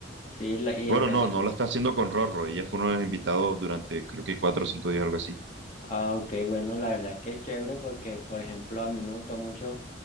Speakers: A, on the left (about 35°); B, on the right (about 65°).
A: Sí, la- y
B: Bueno,
A: entonces
B: no, no la está haciendo con Rorro. Ella fue uno de los invitados durante creo que cuatro o cinco días, algo así.
A: Ah, ok, bueno, la verdad es que es chévere porque, por ejemplo, a mí me gustó mucho